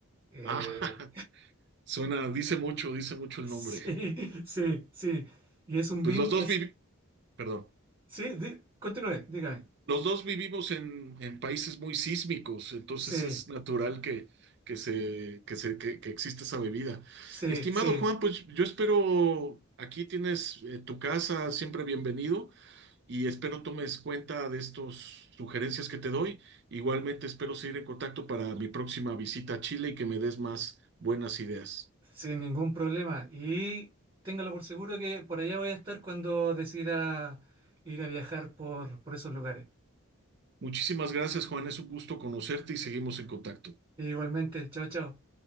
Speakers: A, on the right; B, on the right.
A: Eh,
B: Ah, <laughs> suena, dice mucho, dice mucho
A: <laughs>
B: el
A: sí,
B: nombre.
A: sí, sí. Y es un
B: Pues
A: vin,
B: los dos
A: es,
B: vivi- perdón,
A: sí, di- continúe, dígame.
B: los dos vivimos en, en países muy sísmicos, entonces
A: Sí,
B: es natural que, que se, que se, que, que exista esa bebida.
A: sí,
B: Estimado
A: sí,
B: Juan, pues yo espero, aquí tienes eh, tu casa, siempre bienvenido. y espero tomes cuenta de estas sugerencias que te doy. Igualmente espero seguir en contacto para mi próxima visita a Chile y que me des más buenas ideas.
A: sin ningún problema. Y téngalo por seguro que por allá voy a estar cuando decida ir a viajar por, por esos lugares.
B: Muchísimas gracias, Juan. Es un gusto conocerte y seguimos en contacto.
A: Igualmente, chao, chao.